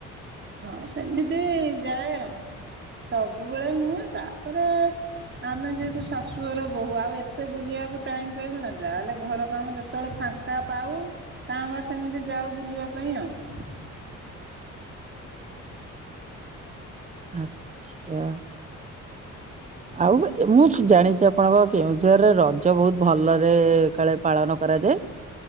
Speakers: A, on the right; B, on the right.
A: ହଁ ସେମିତି ଯାଏ ଆଉ। ସବୁବେଳେ ନୁହେଁ ତାପରେ ଆମେ ଯେହେତୁ ଶାଶୁ ଘର ବୋହୂ ଆଉ ଏତେ ବୁଲିବା ଯା ହଉ ଟାଇମ୍ ପାଇବନା ଯାହା ହେଲେ ଘର କାମ ଯେତେବେଳେ ଫାଙ୍କା ପାଉ କାଁ ଭା ସେମିତି ଯାଉ ବୁଲିବା ଲିବା ପାଇଁ ଆଉ।
B: ଆଛା। ଆଉ ଏ ମୁଁ ଜାଣିଛି ଆପଣଙ୍କ କେଉଁଝରରେ ରଜ ବହୁତ ଭଲରେ କାଳେ ପାଳନ କ କରାଯାଏ।